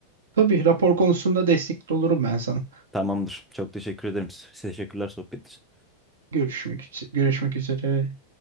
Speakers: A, on the right (about 65°); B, in the centre.
A: Tabii rapor konusunda destekli olurum ben sana.
B: Tamamdır. Çok teşekkür ederim. Teşekkürler sohbet için.
A: Görüşmek, üz- görüşmek üzere.